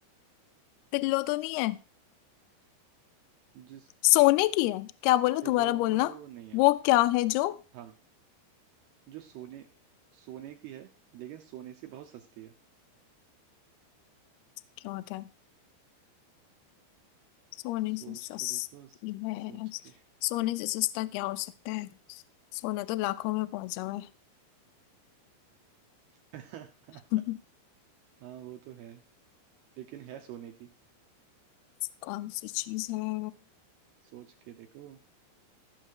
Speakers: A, on the left (about 85°); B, on the right (about 75°).
A: पिल्लो तो नहीं है
B: जिस
A: सोने की है क्या बोला
B: पिलो
A: दोबारा बोलना
B: नहीं है
A: वो क्या है जो
B: हाँ जो सोने सोने की है लेकिन सोने से बहुत सस्ती है
A: क्या होता है सोने
B: सोच
A: से सस्ती
B: के देखो स-
A: है
B: सोच के
A: सोने से सस्ता क्या हो सकता है सोना तो लाखों में पहुंचा हुआ है
B: <laughs> हाँ
A: <laughs>
B: वो तो है लेकिन है सोने की
A: कौन सी चीज है
B: सोच के देखो